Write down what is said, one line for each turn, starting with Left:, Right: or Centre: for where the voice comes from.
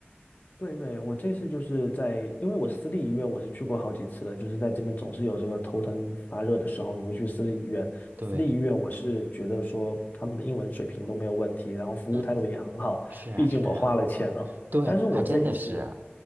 Left: 对对，我这次就是在，因为我私立医院我是去过好几次的，就是在这边总是有这个头疼发热的时候，你会去私立医院。
Right: 对，
Left: 私立医院我是觉得说他们的英文水平都没有问题，然后服务态度也很好，
Right: 嗯，是啊，
Left: 毕竟我花了钱了。
Right: 是啊，对，
Left: 但是我这一次，
Right: 还真的是，